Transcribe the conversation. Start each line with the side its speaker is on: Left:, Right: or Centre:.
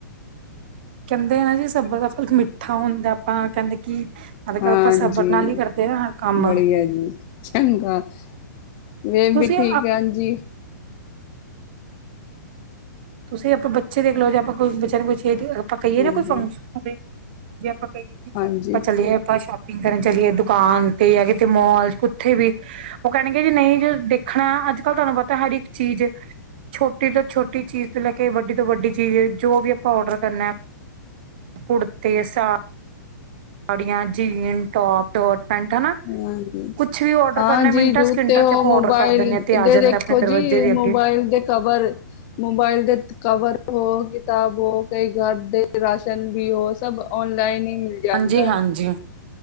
Right: ਕਹਿੰਦੇ ਨਾ ਜੀ ਸਬਰ ਦਾ ਫਲਕ ਮਿੱਠਾ ਹੁੰਦਾ ਆਪਾਂ ਕਹਿੰਦੇ ਕੀ ਅੱਜ ਕੱਲ੍ਹ
Left: ਹਾਂਜੀ
Right: ਆਪਾਂ ਸਬਰ ਨਾਲ ਈ ਕਰਦੇ ਹਾਂ ਕੰਮ
Left: ਬੜੀਆ ਜੀ ਚੰਗਾ, ਵੇ
Right: ਤੁਸੀਂ
Left: ਵੀ ਠੀਕ ਆ ਹਾਂਜੀ
Right: ਤੁਸੀਂ ਆਪਾਂ ਬੱਚੇ ਦੇਖ ਲਓ ਜੇ ਆਪਾਂ ਕੋਈ ਬੱਚਿਆਂ ਨੂੰ ਪੁਛੀਏ ਆਪਾਂ ਕਹੀਏ
Left: ਹਾਂਜੀ
Right: ਨਾ ਕੋਈ ਫੰਕਸ਼ਨ ਜੇ ਆਪਾਂ ਕਹੀਏ ਕਿ ਚਲੋ
Left: ਹਾਂਜੀ
Right: ਆਪਾਂ ਚਲੀਏ ਆਪਾਂ ਸ਼ੋਪਿੰਗ ਕਰਨ ਚਲੀਏ ਦੁਕਾਨ ਤੇ ਜਾਂ ਕਿਤੇ ਮੋਲ ਕਿੱਥੇ ਵੀ ਉਹ ਕਹਿਣਗੇ ਜੀ ਨਹੀਂ ਜੋ ਦੇਖਣਾ ਅੱਜ ਕੱਲ੍ਹ ਤੁਹਾਨੂੰ ਪਤਾ ਹਰ ਇੱਕ ਚੀਜ਼ ਛੋਟੀ ਤੋਂ ਛੋਟੀ ਚੀਜ਼ ਤੋਂ ਲੈ ਕੇ ਵੱਡੀ ਤੋਂ ਵੱਡੀ ਚੀਜ਼ ਜੋ ਵੀ ਆਪਾਂ ਆਰਡਰ ਕਰਨਾ ਕੁੜਤੇ ਸਾ ਸਾੜੀਆਂ, ਜੀਨ, ਟੋਪ ਟ ਪੈਂਦਾ ਨਾ,
Left: ਹਾਂਜੀ
Right: ਕੁਛ ਵੀ ਆਰਡਰ
Left: ਹਾਂ
Right: ਕਰਨਾ
Left: ਜੀ
Right: ਮਿੰਟਾਂ
Left: ਜੂਤੇ
Right: ਸਕਿੰਟਾ
Left: ਹੋ
Right: ਚ ਆਪਾਂ
Left: ਮੋਬਾਇਲ
Right: ਆਰਡਰ ਕਰ ਦਿੰਦੇ ਹਾਂ ਤੇ ਆ
Left: ਦੇ
Right: ਜਾਂਦਾ ਆਪਣੇ
Left: ਦੇਖੋ
Right: ਦਰਵਾਜੇ
Left: ਜੀ
Right: ਦੇ ਅੱਗੇ
Left: ਮੋਬਾਇਲ ਦੇ ਕਵਰ, ਮੋਬਾਇਲ ਦੇ ਕਵਰ ਹੋ ਕਿਤਾਬ ਹੋ ਕਈ ਘਰ ਦੇ ਰਾਸ਼ਨ ਵੀ ਹੋ ਸਭ ਔਨਲਾਈਨ ਹੀ ਮਿਲ ਜਾਂਦਾ
Right: ਹਾਂਜੀ- ਹਾਂਜੀ
Left: ਹੈ